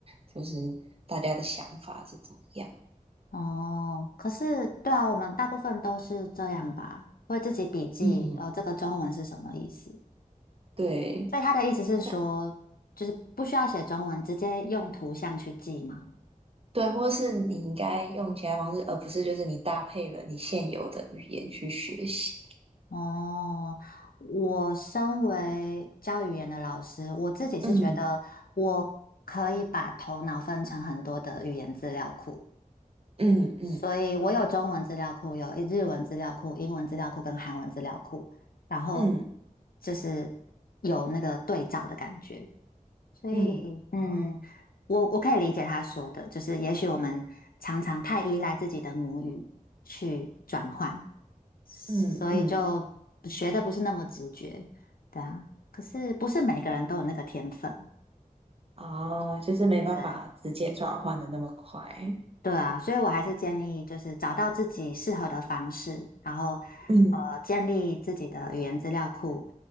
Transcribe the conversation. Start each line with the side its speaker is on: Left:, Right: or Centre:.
Right: 就是大家的想法是怎么样，
Left: 哦，可是对啊，我们大部分都是这样吧，会自己笔记，
Right: 嗯。
Left: 呃，这个中文是什么意思？
Right: 对，
Left: 所以他的意思是说，
Right: 它
Left: 就是不需要写中文，直接用图像去记嘛。
Right: 对，或是你应该用其他方式，而不是就是你搭配了你现有的语言去学习。
Left: 哦，我身为教语言的老师，我自己是觉得我可以把头脑分成很多的语言资料库。
Right: 嗯嗯嗯
Left: 所以我有中文资料库，有日文资料库、英文资料库跟韩文资料库，然后
Right: 嗯
Left: 就是有那个对照的感觉。所以，
Right: 嗯，
Left: 嗯，
Right: 哦，
Left: 我我可以理解他说的，就是也许我们常常太依赖自己的母语去转换，所以就学的不是那么直觉，
Right: 嗯嗯
Left: 对啊。可是不是每个人都有那个天分，
Right: 哦，就是没办法直接转换的那么快。
Left: 对。对啊，所以我还是建议就是找到自己适合的方式，然后呃建立自己的语言资料库，
Right: 嗯